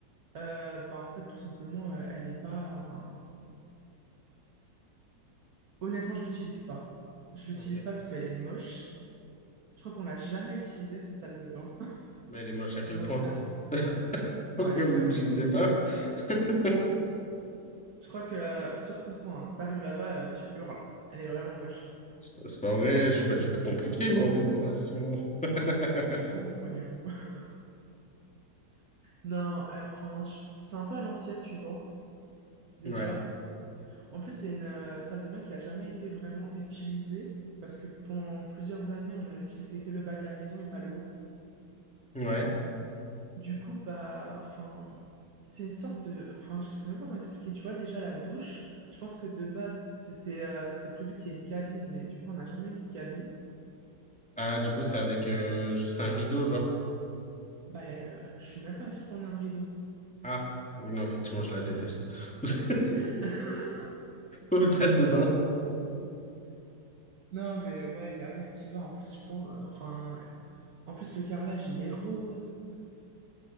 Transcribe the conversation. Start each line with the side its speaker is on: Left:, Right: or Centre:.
Right: euh, bah en fait, tout simplement, euh, elle est pas, enfin, honnêtement, je l'utilise pas. Je l'utilise
Centre: Ok.
Right: pas parce qu'elle est moche. Je crois qu'on l'a jamais utilisée, cette salle de bain. <laughs>
Centre: Mais elle est moche à quel
Right: On
Centre: point?
Right: en est là.
Centre: <laughs> Pourquoi
Right: Non, elle est vraiment
Centre: vous l'utilisez
Right: hideuse.
Centre: pas? <laughs>
Right: Je crois que, surtout toi, hein, t'arrives là-bas, euh, tu hurles. Elle est vraiment moche.
Centre: C'est pas c'est pas vrai, je suis pas du tout compliqué, moi, en décoration. <laughs>
Right: Euh, non, pas du tout, voyons. <laughs> Non, euh, enfin, je- c'est un peu à l'ancienne, tu vois, déjà.
Centre: Ouais,
Right: En plus, c'est une euh, salle de bain qui a jamais été vraiment utilisée parce que pendant plusieurs années, on a utilisé que le bas de la maison et pas le haut.
Centre: ouais.
Right: Du coup, bah, enfin, c'est une sorte de, enfin, je sais même pas comment expliquer. Tu vois, déjà la douche, je pense que de base, c'était euh, c'était prévu qu'il y ait une cabine, mais du coup, on n'a jamais mis de cabine.
Centre: Ah, du coup, c'est avec euh, juste un rideau, genre.
Right: Bah, euh, je suis même pas sûre qu'on ait un rideau.
Centre: Ah, oui, non, effectivement, je la déteste. <laughs>
Right: <laughs>
Centre: Aux salles de bain.
Right: Non, mais ouais, il y a rien qui va. En plus, je pense, euh, enfin, en plus, le carrelage, il est rose.